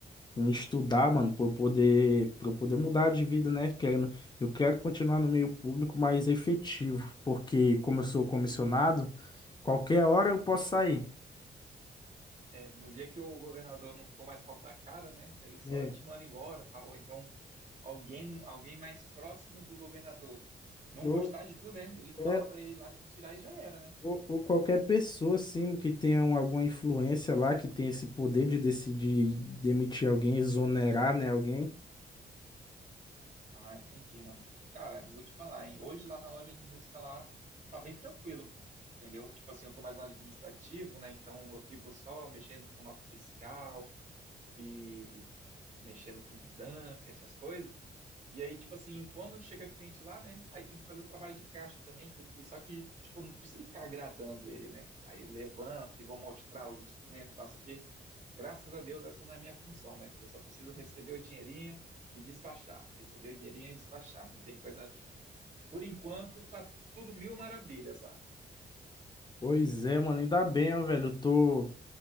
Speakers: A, on the left (about 25°); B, on the right (about 40°).
A: em estudar, mano, pra eu poder, pra eu poder mudar de vida, né? Querendo, eu quero continuar no meio público mais efetivo, porque como eu sou comissionado, qualquer hora eu posso sair.
B: É, no dia que o governador não for mais cotar a cara, né? Aí Ele só
A: É,
B: te manda embora, tá? Ou então alguém, não- alguém mais próximo do governador não
A: pro-
B: gostar de tu, né? Ele fala
A: é,
B: pra ele lá te tirar e já era, né?
A: Ou, ou qualquer pessoa, assim, que tenha um- alguma influência lá, que tenha esse poder de decidir demitir alguém, exonerar, né, alguém.
B: Ah, entendi, mano. Cara, vou te falar, hein? Hoje lá na loja de música lá tá bem tranquilo, pô. Entendeu? Tipo assim, eu tô mais no administrativo, né? Então eu fico só mexendo com nota fiscal e mexendo com DANF, essas coisas. E aí, tipo assim, quando chega cliente lá, né? Aí tem que fazer o trabalho de caixa também, tem que, só que, tipo, não precisa ficar agradando ele, né? Aí levanta e vou mostrar os instrumentos, tá, não sei o quê. Graças a Deus, essa não é a minha função, né? Eu só preciso receber o dinheirinho e despachar. Receber o dinheirinho e despachar. Não tem coisa. Por enquanto, tá tudo mil maravilhas lá.
A: Pois é, mano, ainda bem, ó, velho, eu tô...